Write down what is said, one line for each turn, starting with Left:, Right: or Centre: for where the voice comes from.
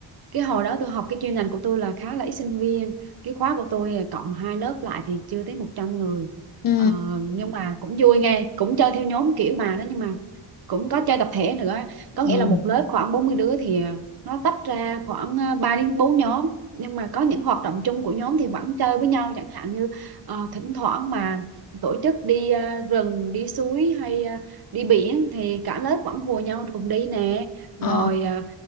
Right: cái hồi đó tôi học cái chuyên ngành của tôi là khá là ít sinh viên cái khóa của tôi à, cộng hai lớp lại thì chưa tới một trăm người
Left: ừ
Right: ờ, nhưng mà cũng vui nghe cũng chơi theo nhóm kiểu mà đó nhưng mà cũng có chơi tập thể nữa có
Left: ừ
Right: nghĩa là một lớp khoảng 40 đứa thì à, nó tách ra khoảng à, 3 đến 4 nhóm nhưng mà có những hoạt động chung của nhóm thì vẫn chơi với nhau chẳng hạn như ờ, thỉnh thoảng mà tổ chức đi à, rừng đi suối hay à, đi biển thì cả lớp vẫn hùa nhau cùng đi nè rồi
Left: ờ
Right: à,